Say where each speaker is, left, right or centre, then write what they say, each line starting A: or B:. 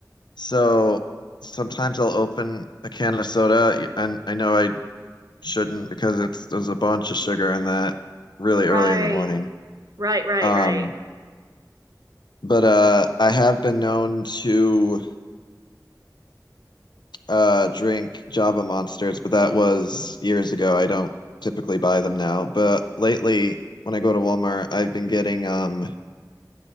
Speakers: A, on the left; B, on the right.
A: so sometimes I'll open a can of soda, y- and I know I shouldn't because it's there's a bunch of sugar in that really
B: Right.
A: early in the morning.
B: Right, right,
A: Um,
B: right.
A: but uh, I have been known to uh drink Java Monsters, but that was years ago. I don't typically buy them now, but lately when I go to Walmart, I've been getting um.